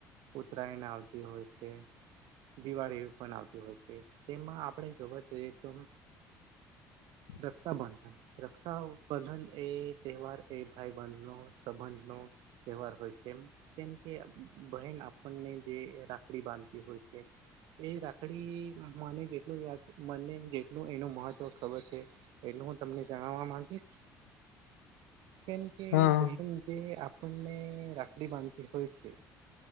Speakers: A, on the right; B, on the left.
A: ઉતરાયણ આવતી હોય છે. દિવાળી પણ આવતી હો છે તેમાં આપણે જોવા જોઈએ તો
B: <inaudible>
A: રક્ષાબંધન રક્ષાબંધન એ તહેવાર એ ભાઈબહેનનો સંબંધ નો તહેવાર હોય છે તેમ કેમ કે બહેન આપણને જે રાખડી બાંધતી હોય છે. એ રાખડી મને જેટલું યાદ મને જેટલુ એનું મહત્વ ખબર છે. એટલું હું તમને જણાવવા માંગીશ.
B: <inaudible>
A: કેમ કે
B: હા
A: બહેન જે આપણને રાખડી બાંધતી ધી હોય છે